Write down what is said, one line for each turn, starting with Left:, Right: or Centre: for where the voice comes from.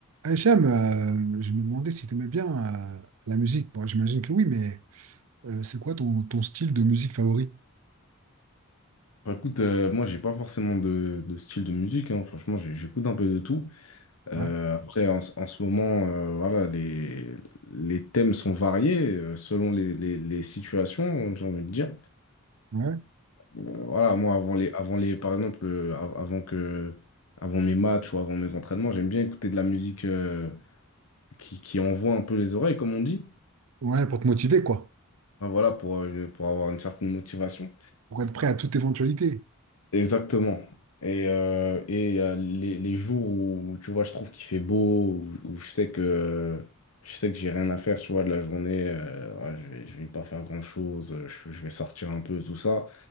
Right: Hicham, euh, je me demandais si tu aimais bien euh, la musique. Bon, j'imagine que oui, mais euh, c'est quoi ton, ton style de musique favori?
Left: Bah, écoute, euh, moi, j'ai pas forcément de, de style de musique, hein. Franchement, j'ai- j'écoute un peu de tout. Euh,
Right: Ouais,
Left: après, en, ce en ce moment, euh, voilà, les, les thèmes sont variés euh, selon les, les, les situations, j'ai envie de dire.
Right: ouais,
Left: Euh, voilà, moi, avant les, avant les, par exemple, euh, av- avant que, avant mes matchs ou avant mes entraînements, j'aime bien écouter de la musique euh, qui, qui envoie un peu les oreilles, comme on dit.
Right: ouais, pour te motiver, quoi.
Left: Bah, voilà, pour, euh, une- pour avoir une certaine motivation.
Right: Pour être prêt à toute éventualité.
Left: Exactement. Et, euh, et il y a les, les jours où, tu vois, je trouve qu'il fait beau, où, où je sais que, euh, je sais que j'ai rien à faire, tu vois, de la journée, euh, ouais, je vais, je vais pas faire grand-chose, euh, je, je vais sortir un peu, tout ça.